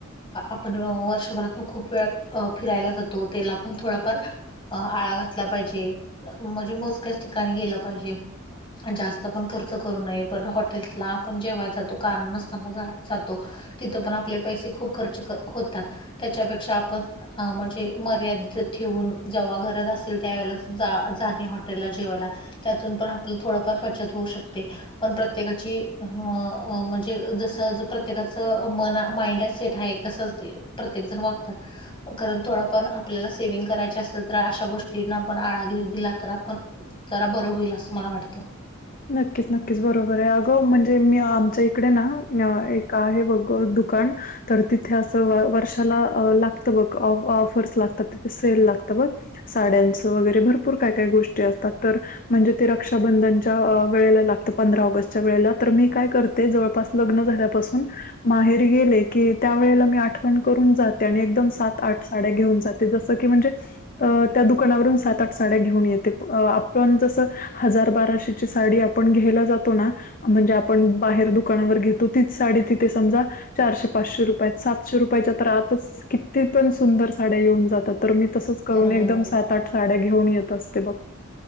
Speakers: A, on the left; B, on the left.
A: आपणं वर्षभरातन खूंप वेळां फिरायलां जातो त्यांला पणं थोडाफार आळां घातलां पाहिजे म्हणजे एकचं ठिकाणीं गेलं पाहिजे जास्तं पणं खर्च करूं नये पणं हॉटेल्सला पणं जेवायला जातो कारणं नसतांना जातो तिथं पणं आपले पैसे खूंप खर्च होतांत त्यांच्यापेक्षा आपणं अ म्हणजे मर्यादित ठेवूंन जेंव्हा गरज असेल त्यावेेळेला जा जाणें जेवायलां त्यांतून पणं आपलं थोडंफार बचंत होऊ शकते पणं प्रत्येकांची म्हणजे जसं प्रत्येकांचं मंन माइंड सेंट आहेतं तसंच प्रत्येक जणं वागतं कारणं थोडाफार आपल्यांला सेवि्हंग करांयचे असेल तरं अश्यां गोष्टींना आपणं आळाजरी दिला तरं आपणं जरां बरं होईल असं मलां वाटतं
B: नक्कीचं नक्कीचं बरोबर आहे अगं म्हणजे मी आमच्यां इकडे ना एक आहे बघं दुकानं तरं तिथे असं वर्षाला लागतं बघ ऑफर्स लागतांत तिथे सेल लागतं बघ साड्यांचं वगैरे भरंपूर कायं कायं गोष्टी असतांत तरं म्हणजे ते रक्षाबंधनाच्या वेळेलां लागतं पंधरा ऑगस्ट वेळेलां तरं मी कायं करतें जवळपांस लग्नं झाल्यांपांसून माहेर गेले की त्यांवेेळेला मी आठवणं करूंन जाते आणि एकदंम सात आठ साड्यां घेऊन जाते जसं की म्हणजे अ त्यां दुकांनावरून सात आठ साड्यां घेऊन येते आपणं जसं हजार बाराशे जी सांडी आपणं घ्यांयला जातो नां म्हणजे आपणं बाहेर दुकानांवर घेतों तीचं सांडी तिथे समंजा चारशे पाचशे रुपयांत सातशे रुपयांच्या तरं आताचं किती पणं सुंदर साड्यां येऊंन जातांत तरं मी तसंच करूंन
A: बरोबर
B: एकदंम
A: बरोबर
B: सात आठ साड्यां घेऊन येतं असतें बघ